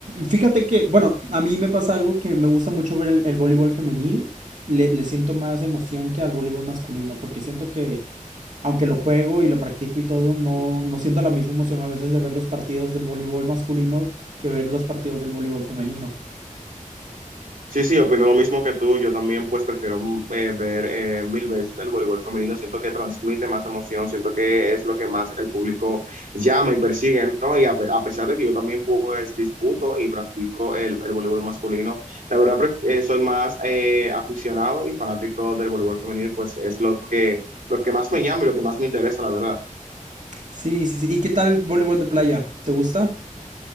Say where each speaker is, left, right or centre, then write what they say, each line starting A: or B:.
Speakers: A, on the right (about 60°); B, on the right (about 80°).
A: fíjate que, bueno, a mí me pasa algo que me gusta mucho ver el, el voleibol femenil, le, le siento más emoción que al voleibol masculino, porque siento que, aunque lo juego y lo practico y todo, no, no siento la misma emoción a veces de ver los partidos del voleibol masculino que ver los partidos del voleibol femenino.
B: Sí, sí, opino lo mismo que tú. Yo también, pues, prefiero mm, eh, ver eh, mil veces el voleibol femenino. Siento que transmite más emoción, siento que es lo que más el público llama y persigue, ¿no? Y a, pe- a pesar de que yo también, pues, disputo y practico el, el voleibol masculino, la verdad, pref- eh, soy más eh, aficionado y fanático del voleibol femenino, pues, es lo que, lo que más me llama y lo que más me interesa, la verdad.
A: Sí, sí, sí. ¿Y qué tal el voleibol de playa? ¿Te gusta?